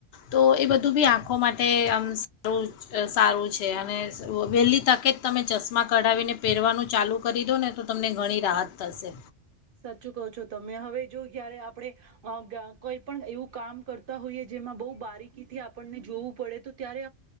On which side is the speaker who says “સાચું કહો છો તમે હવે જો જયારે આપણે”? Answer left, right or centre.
Right